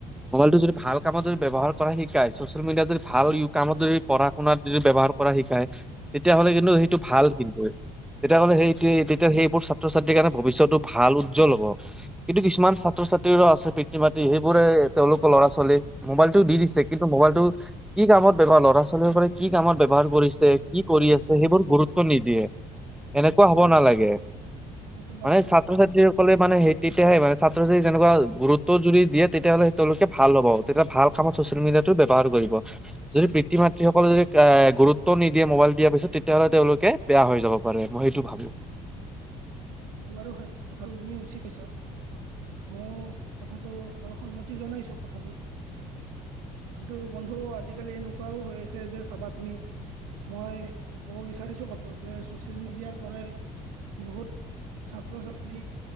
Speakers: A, in the centre; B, on the right.
A: মোবাইলটো যদি ভাল কামত যদি ব্যৱহাৰ কৰা শিকায় ছচিয়েল মিডিয়াত, যদি ভাল য়ো কামত যদি পঢ়া শুনাত যদি ব্যৱহাৰ কৰা শিকায় তেতিয়াহ'লে কিন্তু সেইটো ভাল কিন্তু। তেতিয়াহ'লে সেই তিয়ে তেতিয়া সেইবোৰ ছাত্ৰ ছাত্ৰীৰ কাৰণে ভৱিষ্যটো ভাল উজ্জ্বল হ'ব কিন্তু কিছুমান। ছাত্ৰ ছাত্ৰীৰ আছে পিতৃ মাতৃ সেইবোৰে তেওঁলোকৰ ল'ৰা ছোৱালী মোবাইলটো দি দিছে কিন্তু মোবাইলটো কি কামত ব্যৱহাৰ ল'ৰা ছোৱালীবোৰে কি কামত ব্যৱহাৰ কৰিছে কি কৰি আছে সেইবোৰ গুৰুত্ব নিদিয়ে। এনেকুৱা
B: সেইটো
A: হ'ব নালাগে
B: বাৰু সেইটো বাৰু
A: মানে
B: হয়
A: ছাত্ৰ ছাত্ৰীসকলে মানে সেই তেতিয়াহে মানে ছা যেনেকুৱা গুৰুত্ব যদি দিয়ে তেতিয়াহ'লে তেওঁলোকে ভাল হাব তেতিয়া ভাল কামত ছ'চিয়েল মিডিয়াটো ব্যৱহাৰ কৰিব। যদি পিতৃ মাতৃসকলে যদি এ গুৰুত্ব নিদিয়ে মোবাইল দিয়াৰ পিছত তেতিয়াাহ'লে তেওঁলোকে বেয়া হৈ যাব। মই সেইটো ভাবো।
B: সেটো বাৰো হয় কথা তুমি উচিত কৈছা। মই কথাটো বাৰু সন্মতি জনাইছো কথাটোত। কিন্তু বন্ধু আজিকালি এনেকুৱাও হৈ আছে যে চাবা তুমি। মই ক'ব বিচাৰিছো কথাটো যে ছচিয়েল মিডিয়াৰ পৰাই বহুত, ছাত্ৰ ছাত্ৰী